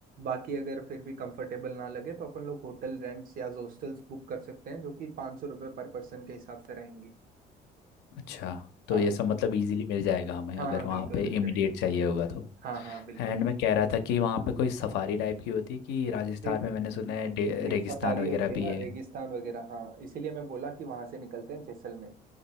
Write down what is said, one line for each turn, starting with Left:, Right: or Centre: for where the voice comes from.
Right: बाकी अगर फिर भी कंफर्टेबल ना लगे तो अपन लोग होटल रेंट्स या हॉस्टल्स बुक कर सकते हैं जो कि पाँच सौ रुपये पर पर्सन के हिसाब से रहेंगी
Left: अच्छा तो
Right: हाँ
Left: ये सब मतलब इजीली मिल जाएगा हमें
Right: हाँ
Left: अगर
Right: हाँ बिल्कुल
Left: वहाँ पे
Right: मिल
Left: इमीडिएट
Right: जाएगा
Left: चाहिए होगा तो
Right: हाँ हाँ बिल्कुल
Left: एंड मैं कह रहा था कि वहाँ पे कोई सफारी टाइप की होती है कि राजस्थान
Right: देख
Left: में मैंने सुना है डे-
Right: देख
Left: रेगिस्तान
Right: सफारी
Left: वगैरह
Right: होती है
Left: भी
Right: ना
Left: है
Right: रेगिस्तान वगैरह हाँ इसीलिए मैं बोला कि वहां से निकलते हैं जैसलमेर